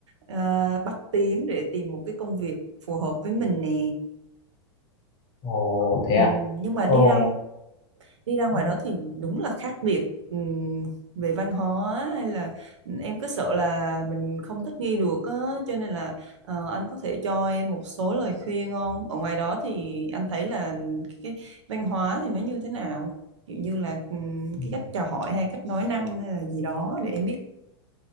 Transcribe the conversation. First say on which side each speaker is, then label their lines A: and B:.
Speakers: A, on the right (about 85°); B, on the left (about 35°).
A: ờ, bắt tiếng để tìm một cái công việc phù hợp với mình nè.
B: Ồ, thế
A: Ừm,
B: à?
A: nhưng mà
B: Ồ,
A: đi ra đi ra ngoài
B: ừ,
A: đó thì đúng là khác biệt ừm, về văn hóa hay là em cứ sợ là mình không thích nghi được á cho nên là ờ, anh có thể cho em một số lời khuyên không? Ở ngoài đó thì anh thấy là cái, cái văn hóa thì nó như thế nào? Kiểu như là ừm,
B: ừ.
A: cái cách chào hỏi hay cách nói năng hay là gì đó để em biết.